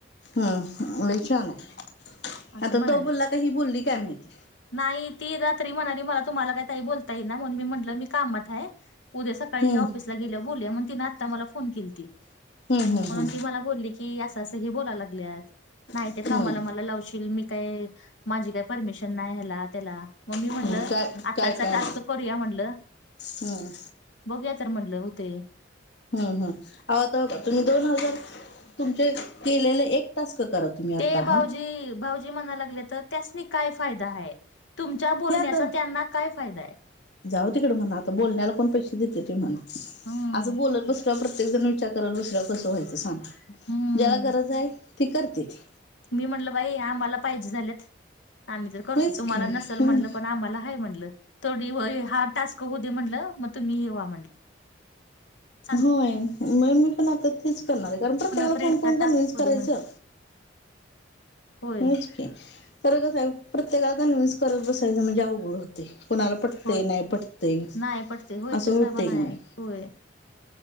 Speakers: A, on the left; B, on the left.
A: हम लई शाना हाय
B: असं
A: आता
B: म्हणालेत
A: तो बोलला काय ही बोलली काय माहित.
B: नाही ती रात्री म्हणाली मला तुम्हाला काय ताई बोलता येईना म्हणून मी म्हटलं मी कामात हाय उद्या सकाळी
A: हम्म
B: हे ऑफिसला गेल्यावर बोलूया म्हणून तिन आता मला फोन केलती
A: हम्म हम्म
B: म्हणून ती मला बोलली की की असं असं हे बोलाय लागल्यात नाही
A: हम्म
B: त्या कामाला
A: हम्म
B: मला लावशील मी काय माझी काय परमिशन नाही ह्याला त्याला म मी म्हटलं
A: हम्म काय
B: आत्ताचा
A: काय काय
B: टास्क करूया म्हटलं
A: हम्म
B: बघूया तर म्हटलं हुंतंय
A: हम हम आव आता बघा तुम्ही दोन हजार तुमचे केलेले एक टास्क करा. तुम्ही आता
B: ते भाऊजी
A: हा हे
B: भाऊजी म्हणाय लागल्यात त त्यासनी काय फायदा आहे. तुमच्या बोलण्याचा
A: आता
B: त्यांना काय फायदा हाय
A: जाऊ तिकड म्हणा आता बोलण्याला कोण पैसे देतय तुम्ही म्हणा
B: हम्म
A: असं बोलत बसल्यावर प्रत्येक जण विचार करत बसल्यावर कसं व्हायचं सांगा
B: हम्म.
A: ज्याला गरज आहे ती करत्याती
B: मी म्हटलं बाई आम्हाला पाहिजे झाल्यात आम्ही तर करतो
A: होयच
B: तुम्हाला
A: की हम्म.
B: नसल म्हटलं <inaudible> म्हटलं आम्हाला हाय म्हटलं थोडी व हा टास्क होऊ दे म्हटलं मग तुम्ही हे व्हा म्हटलं. चालतंय.
A: होय नय मी पण आता तेच करणार हाय कारण प्रत्येकाला
B: फ्रेंडचा
A: फोन करून
B: टास्क
A: कन्व्हिन्स
B: होऊ
A: करायचं
B: दे म्हटलं होय
A: होयच की करण कसं हाय प्रत्येकाला कन्व्हिन्स करत बसायचं म्हणजे अवघड होतंय कोणाला पटतंय
B: होय
A: ते नाही पटतंय.
B: नाही पटते होय
A: असं
B: तसा
A: होत
B: पण
A: की
B: आहे
A: नाही.
B: होय.